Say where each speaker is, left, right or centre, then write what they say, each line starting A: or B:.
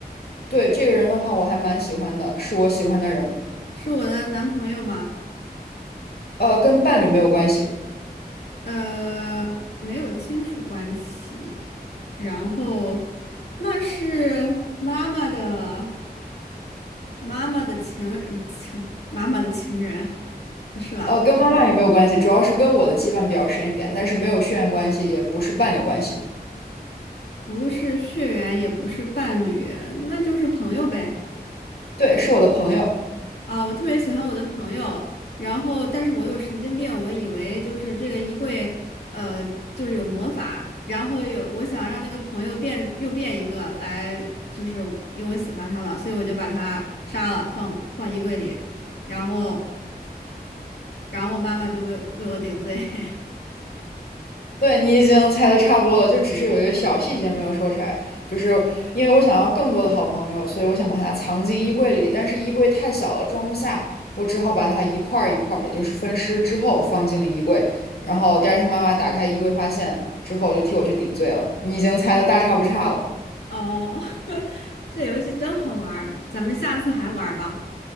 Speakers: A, on the left; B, on the left.
A: 对，这个人的话，我还蛮喜欢的，是我喜欢的人。
B: 是我的男朋友吗？
A: 呃，跟伴侣没有关系，
B: 呃，没有亲属关系。然后那是妈妈的。妈妈的情人，情妈妈的情人，不是吧？
A: 呃，跟妈妈也没有关系，主要是跟我的羁绊比较深一点，但是没有血缘关系，也不是伴侣关系。
B: 不是血缘，也不是伴侣，那就是朋友呗。
A: 对，是我的朋友。
B: 啊，我特别喜欢我的朋友，然后但是我有神经病，我以为就是这个衣柜，呃，就是有魔法，然后有我想让那个朋友变又变一个来，就是因为我喜欢他嘛，所以我就把他杀了，放放衣柜里，然后然后妈妈就为为我顶罪。<laughs>
A: 对，你已经猜的差不多了，就只是有一个小细节没有说出来，就是因为我想要更多的好朋友，所以我想把它藏进衣柜里，但是衣柜太小了，装不下，我只好把它一块儿一块儿的，就是分尸之后放进了衣柜，然后第二天妈妈打开衣柜发现之后，就替我去顶罪了。你已经猜的大差不差了，
B: 哦，<laughs> 这游戏真好玩儿咱们下次还玩儿吧。